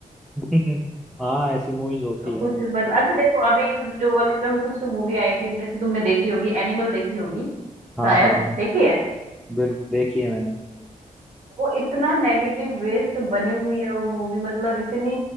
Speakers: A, in the centre; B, on the right.
A: <laughs> हाँ ऐसी मूवीज होती है
B: कुछ मतलब अच्छा देखो अभी जो बॉलीवुड में कुछ मूवी आई थी जैसे तुमने देखी होगी एनिमल देखी होगी
A: हाँ
B: शायद
A: हाँ
B: देखी है
A: बिल्कुल देखी है मैंने
B: वो इतना नेगेटिव वे से बनी हुई है वो मूवी मतलब इतनी